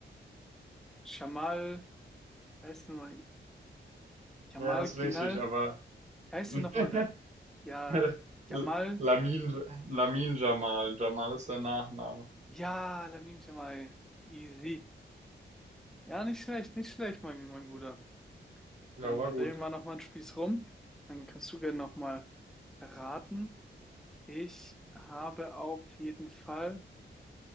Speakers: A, in the centre; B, on the right.
A: Jamal heißt nochmal Jamal
B: Ja, ist
A: Ginal.
B: richtig, aber
A: Wie heißt
B: <laughs>
A: denn nochmal der? Ja,
B: <laughs>
A: Jamal.
B: Lamin, Lamin Jamal. Jamal ist der Nachname.
A: Ja, Lamine Jamal. Easy. Ja, nicht schlecht, nicht schlecht, mein, mein Guter.
B: Ja,
A: Dann,
B: war
A: dann
B: gut.
A: drehen wir nochmal einen Spieß rum. Dann kannst du gerne nochmal raten. Ich habe auf jeden Fall